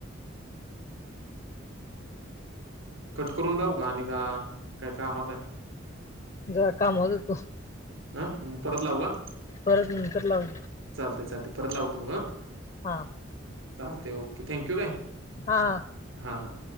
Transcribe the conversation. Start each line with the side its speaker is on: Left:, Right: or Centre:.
Right: कट करून लावू का आणि का? काय कामात आहे?
Left: जरा कामात होतो.
Right: आ? परत लावू का?
Left: परत नंतर लावू.
Right: चालतंय चालतंय, परत लावतो मग हा.
Left: हा.
Right: चालतंय, ओके. थँक्यू काय.
Left: हा.
Right: हा हा.